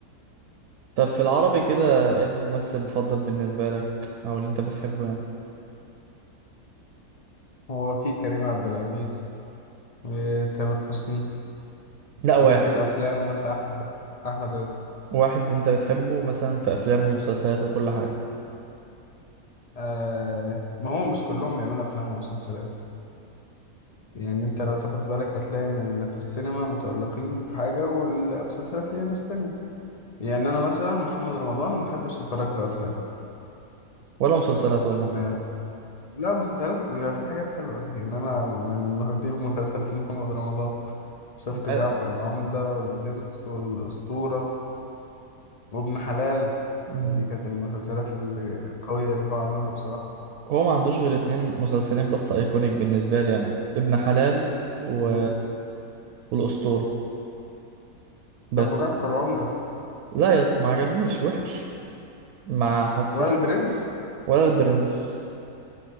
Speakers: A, on the right (about 80°); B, on the left (about 60°).
A: طب في العربي كده ايه الممثل المفضل بالنسبة لك او اللي انت بتحبه يعني
B: هو فيه كريم عبد العزيز وتامر حسني
A: لا واحد
B: دول في الافلام مثلا احمد احمد عز
A: واحد انت بتحبه مثلا في افلامه ومسلسلاته وكل حاجة
B: آه ما هو مش كلهم بيعملوا افلام ومسلسلات يعني انت لو تاخد بالك هتلاقي ان اللي في السينما متألقين في حاجة والمسلسلات ليها ناس تانية يعني انا مثلا محمد رمضان ما بحبش اتفرج له افلام
A: ولا مسلسلات والله
B: ما- لا مسلسلات بيبقى فيه حاجات حلوة يعني انا من محبي مسلسلات <laughs> محمد رمضان شفت جعفر
A: أي-
B: العمدة والبرنس والأسطورة وابن حلال
A: مم.
B: دي كانت المسلسلات القوية اللي هو عملها بصراحة
A: هو ما عندوش غير اتنين مسلسلين بس ايكونيك بالنسبة لي يعني ابن حلال و...
B: مم.
A: والاسطورة بس
B: طب وجعفر العمدة
A: لا يا... ما عجبنيش وحش ما حسيته
B: ولا البرنس
A: ولا البرنس